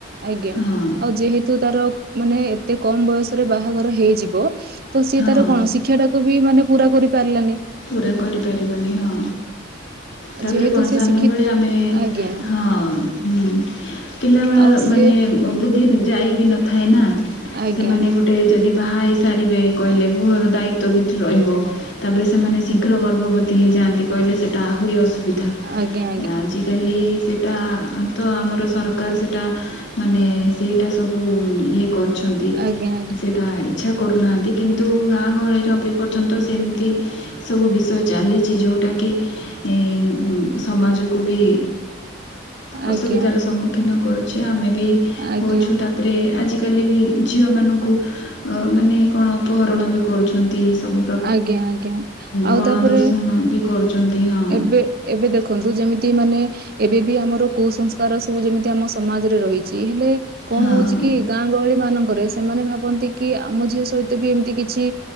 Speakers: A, on the right; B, on the left.
A: ଆଜ୍ଞା
B: ହଁ
A: ଆଉ ଯେହେତୁ ତାର ମାନେ ଏତେ କମ ବୟସରେ ବାହାଘର ହେଇଯିବ ତ ସିଏ
B: ହଁ
A: ତାର କଣ ଶିକ୍ଷା ଟାକୁ ବି ମାନେ ପୁରା କରିପାରିଲାନି।
B: ପୂରା କରିପାରିବନି ହଁ। ତାପରେ
A: ଯେହେତୁ
B: କଣ
A: ସେ
B: ସାନ
A: ଶିକ୍ଷି
B: ବେଳେ ଆମେ
A: ଆଜ୍ଞା
B: ହଁ - ପିଲାବେଳେ
A: ଆଉ ସିଏ
B: ମାନେ ବୁଦ୍ଧି ଯାଇ ବି ନଥାଏ ନା
A: ଆଜ୍ଞା
B: ସେମାନେ ଗୋ ଗୋଟେ ଯଦି ବାହା ହେଇ ସାରିବେ କହିଲେ ଗୃହର ଦାୟିତ୍ଵ ବି ରହିବ ତାପରେ ସେମାନେ ଶୀଘ୍ର ଗର୍ଭବତୀ ହେଇଯାଆନ୍ତି କହିଲେ ସେଇଟା ଆହୁରି ଅସୁବିଧା।
A: ଆଜ୍ଞା
B: ଆଜି ଆଜିକାଲି ସେଇଟା ତ ଆମର ସରକାର ସେଇଟା ମାନେ ସେଇଟା ସବୁ ଇଏ କରିଛନ୍ତି।
A: ଆଜ୍ଞା ଆଜ୍ଞା
B: ସେଇଟା ଇଚ୍ଛା କରୁନାହାଁନ୍ତି କିନ୍ତୁ ଗାଁ ଗହଳିରେ ଅଭି ପର୍ଯ୍ୟନ୍ତ ସେମିତି ସବୁ ବିଷୟ ଚାଲିଛି ଯଉଟାକି ଏଇ ସମାଜକୁ ବି
A: ଆଜ୍ଞା
B: ଅସୁବିଧାର ସମ୍ମୁଖୀନ କରୁଛି। ଆମେ ବି
A: ଆଜ୍ଞା
B: ହେଉଛୁ
A: ଆଜ୍ଞା
B: ତା ଉପରେ ଆଜିକାଲି ବି ଝିଅମାନଙ୍କୁ ଅ ମାନେ କଣ ଅପହରଣ ବି କରୁଛନ୍ତି ସବୁ
A: ଆଜ୍ଞା ଆଜ୍ଞା। ଆଉ
B: ଗଣ
A: ତାପରେ
B: ଦର୍ଶଣ ବି କରୁଛନ୍ତି ହଁ।
A: ଏବେ ଏବେ ଦେଖନ୍ତୁ ଯେମିତି ମାନେ। ଏବେ ବି ଆମର କୁସଂସ୍କାର ସବୁ ଯେମିତି ଆମ ସମାଜରେ ରହିଛି ହେଲେ କଣ
B: ହଁ
A: ହଉଚି କି ଗାଁ ଗହଳି ମାନଙ୍କରେ? ସେମାନେ ଭାବନ୍ତି କି ଆମ ଝିଅ ସହିତ ବି ଏମ୍ତି କିଛି